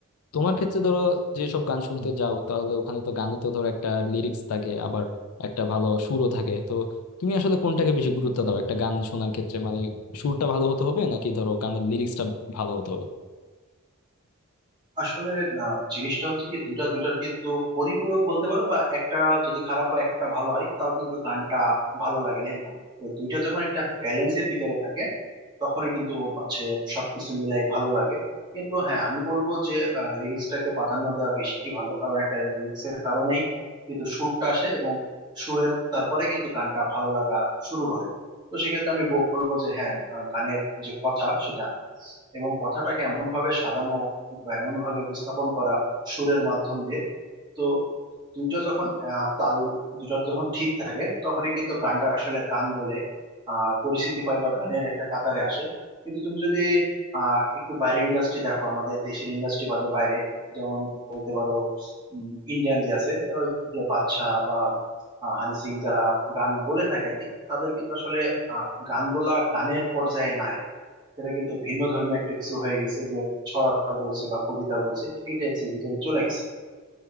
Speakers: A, on the left (about 85°); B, on the right (about 20°).
A: তোমার ক্ষেত্রে ধরো যেসব গান শুনতে যাও তাহলে ওখানে তো গানে তো ধরো একটা লিরিক্স থাকে আবার একটা ভালো সুরও থাকে তো তুমি আসলে কোনটাকে বেশি গুরুত্ব দাও একটা গান শোনার ক্ষেত্রে মানে সুরটা ভালো হতে হবে নাকি ধরো গানের লিরিক্সটা ভালো হতে হবে
B: আসলে আহ, জিনিসটা হচ্ছে কি দুইটা দুইটার কিন্তু পরিপূরক বলতে পারো বা একটা যদি খারাপ হয় একটা ভালো হয় তাও কিন্তু গানটা ভালো লাগে না এরকম তো দুইটা যখন একটা ব্যালেন্সের ভিতরে থাকে তখনই কিন্তু হচ্ছে সবকিছু মিলাই ভালো লাগে কিন্তু হ্যাঁ আমি বলবো যে লিরিক্সটাকে প্রাধান্য দেওয়া বেশি ভালো কারণ একটা লিরিক্সের কারণেই কিন্তু সুরটা আসে এবং সুরের তারপরে কিন্তু গানটা ভালো লাগা শুরু করে তো সেক্ষেত্রে আমি বলবো যে হ্যাঁ আহ, গানের যে কথা সেটা এবং কথাটাকে এমন ভাবে সাজানো বা এমন ভাবে উপস্থাপন করা সুরের মাধ্যম দিয়ে তো দুইটা যখন আহ, তাল দুইটা যখন ঠিক থাকে তখনই কিন্তু গানটা আসলে গান বলে আহ, পরিচিতি পায় বা গানের একটা কাতারে আসে কিন্তু তুমি যদি আহ, একটু বাইরের ইন্ডাস্ট্রি দেখো আমাদের দেশের ইন্ডাস্ট্রি বাদে বাইরে যেমন বলতে পারো ইন্ডিয়ান যে আছে তো ওই যে বাদশা বা আহ, হানি সিং যারা গান বলে থাকে আর কি তাদের কিন্তু আসলে আহ, গানগুলা গানের পর্যায়ে নাই এটা কিন্তু ভিন্ন ধর্মী একটা কিছু হয়ে গেছে যে ছড়া বলছে বা কবিতা বলছে এই টাইপস এর ভিতরে চলে গেছে